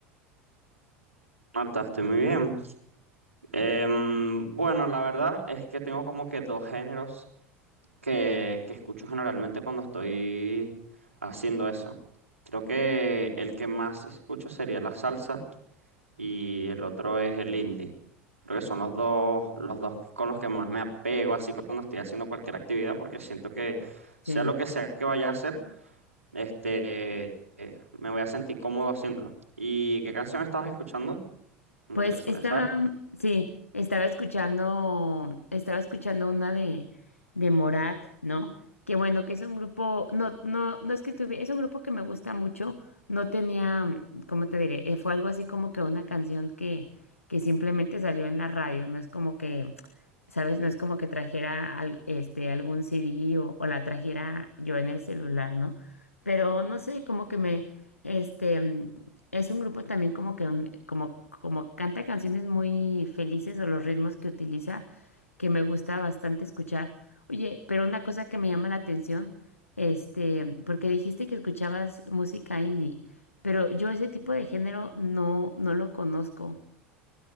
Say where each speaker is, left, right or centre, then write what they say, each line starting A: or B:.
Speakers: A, on the right (about 80°); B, on the left (about 80°).
A: Marta, estoy muy bien. Em, bueno, la verdad es que tengo como que dos géneros que, que escucho generalmente cuando estoy haciendo eso. Creo que el que más escucho sería la salsa y el otro es el indie. Creo que son los dos, los dos con los que más me apego así cuando estoy haciendo cualquier actividad, porque siento que
B: Sí.
A: sea lo que sea que vaya a hacer, este, eh, me voy a sentir cómodo haciéndolo. ¿Y qué canción estabas escuchando? Me
B: Pues
A: interesaría
B: estaba,
A: saber.
B: sí, estaba escuchando, estaba escuchando una de, de Morat, ¿no? Que bueno, que es un grupo, no, no, no es que tuve, es un grupo que me gusta mucho, no tenía, ¿cómo te diré? Eh, Fue algo así como que una canción que, que simplemente salió en la radio, no es como que, ¿sabes? No es como que trajera al- este, algún CD o, o la trajera yo en el celular, ¿no? Pero no sé, como que me, este... Es un grupo también como que mm, como, como canta canciones muy felices o los ritmos que utiliza que me gusta bastante escuchar. Oye, pero una cosa que me llama la atención, este, porque dijiste que escuchabas música indie, pero yo ese tipo de género no, no lo conozco.